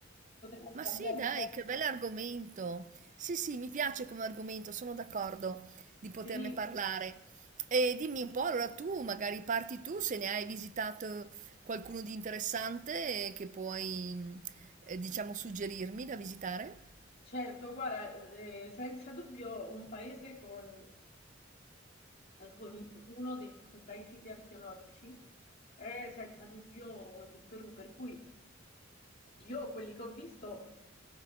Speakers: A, on the left (about 50°); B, on the right (about 40°).
A: Ci potremmo scambiare
B: Ma sì, dai,
A: un po'?
B: che bell'argomento. Sì, sì, mi piace come argomento, sono d'accordo di poterne
A: Sì,
B: parlare. E dimmi un po', allora tu magari parti tu se ne hai visitato qualcuno di interessante eh, che puoi, mm, eh, diciamo, suggerirmi da visitare.
A: certo, guarda, eh, senza dubbio un paese con alcuni- uno dei più bei siti archeologici è senza dubbio il Perù, per cui io quelli che ho visto